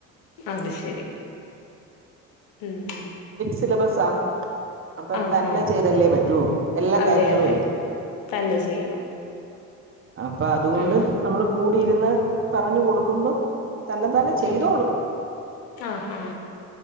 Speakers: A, on the left (about 70°); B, on the right (about 35°).
A: അത് ശരി ഉം
B: സിലബസ ആ അപ്പൊ
A: ആഹാ
B: തന്നെ ചെയ്തല്ലേ പറ്റോ എല്ലാ
A: അതെ
B: കാര്യങ്ങളോ
A: അതെ തന്നെ ചെയ്യണം
B: അപ്പൊ അതുകൊണ്ട്
A: ഉം
B: നമ്മള് കൂടിയിരുന്ന് പറഞ്ഞു കൊടുക്കുമ്പം തന്നെ തന്നെ ചെയ്തോളൂ
A: ഉം ആഹാ